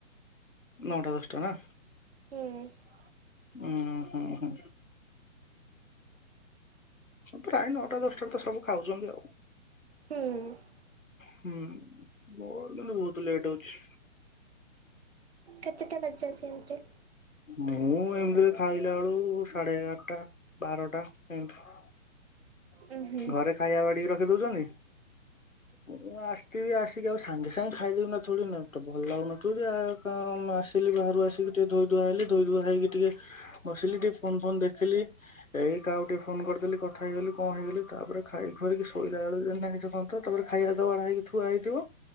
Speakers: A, on the left; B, on the right.
A: ନଅଟା ଦଶଟା ନା
B: ହୁଁ
A: ଉଁ ହୁଁ ହୁଁ। ପ୍ରାୟ ନଅଟା ଦଶଟାରେ ତ ସବୁ ଖାଉଛନ୍ତି ଆଉ। ହୁଁ।
B: ହୁଁ
A: ହୁଁ, ମୋ କିନ୍ତୁ ବହୁତ ଲେଟ୍ ହଉଛି।
B: କେତେଟା ବ <unintelligible>
A: ମୁଁ ଏମିତିରେ ଖାଇଲା ବେଳକୁ ସାଢେ ଏଗାରଟା ବାରଟା ଏମିତି।
B: ଉଁ ହୁଁ
A: ଘରେ ଖାଇବା ବାଡିକି ରଖି ଦଉଛନ୍ତି। ମୁଁ ଆସିଥିବି ଆସିକି ଆଉ ସାଙ୍ଗେ ସାଙ୍ଗେ ଖାଇଦଉନଥିବ <unintelligible> କ ଆସିଲି ବାହାରୁ ଆସିକି ଟିକେ ଧୋଇ ଧୁଆ ହେଇଲି ଧୋଇ ଧୁଆ ହେଇକି ଟିକେ ବସିଲି ଟିକେ ଫୋନ୍ ଫୋନ୍ ଦେଖିଲି ଏଇ କାହାକୁ ଟିକେ ଫୋନ୍ କରିଦେଲି କଥା ହେଇଗଲି କଣ ହେଇଗଲି ତାପରେ ଖାଇ ଖୁଆକି ଶୋଇଲା ବେଳ <unintelligible> ତାପରେ ଖାଇବାରା ତ ବଢ଼ାହେଇକି ଥୁଆହେଇଥିବ।